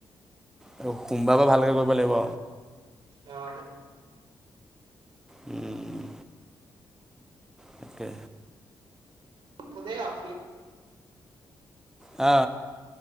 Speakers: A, in the centre; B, on the right.
A: সোমবাৰ পৰা ভালকে কৰিব লাগিব।
B: অ
A: উম তাকে
B: গ'লেই আৰু
A: হ